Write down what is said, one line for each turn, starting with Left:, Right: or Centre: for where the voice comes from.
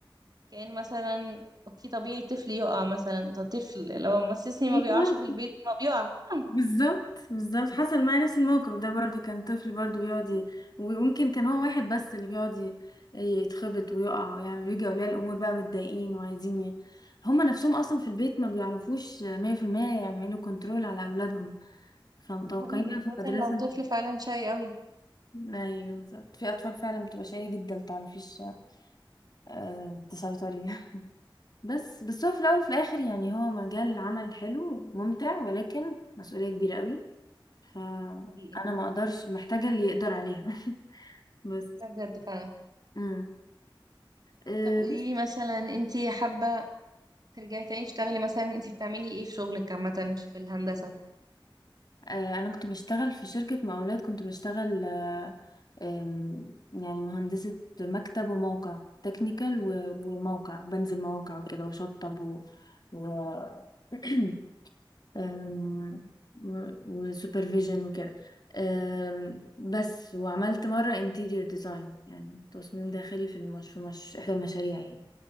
Right: كأن مثلا اوكي طبيعي طفل يقع مثلا ده طفل لو مسسني ما
Left: أيوة
Right: بيقعش في البيت ما بيقع <laughs>
Left: بالظبط بالظبط حصل معايا نفس الموقف ده برضو كان طفل برضو بيقعد ي- ويمكن كان هو واحد بس اللي بيقعد ي- يتخبط ويقع ويعمل يجي اولياء الامور بقى متضايقين وعايزين ي... هما نفسهم اصلا في البيت ما بيعرفوش 100% يعملوا كنترول على اولادهم فمتوقعين
Right: ده حقيقي
Left: بقى
Right: خاصة
Left: في المدرسة
Right: لو طفل فعلا شاي قوي
Left: ايوه بالظبط في اطفال فعلا بتبقى شقية جدا متعرفيش آه، تسيطري <laughs> بس بس هو في الاول وفي الاخر يعني هو مجال عمل حلو ممتع ولكن مسؤولية كبيرة قوي فانا
Right: ده حقيقي
Left: ما اقدرش محتاجة اللي يقدر عليها <laughs> بس
Right: ده بجد فعلا
Left: امم أه
Right: طب قوليلي
Left: بس
Right: مثلا انتي حابة ترجعي تاني تشتغلي مثلا انت بتعملي ايه في شغلك عامة في الهندسة
Left: آه، انا كنت بشتغل في شركة مقاولات كنت بشتغل آه، آم، يعني مهندسة مكتب وموقع تكنيكال وموقع بنزل مواقع وكده وشطب و و <clears throat> آم، و- وسوبرفيجن وكده آم، بس وعملت مرة انتيريور ديزاين يعني تصميم داخلي في المش... في مش... احدى المشاريع يعني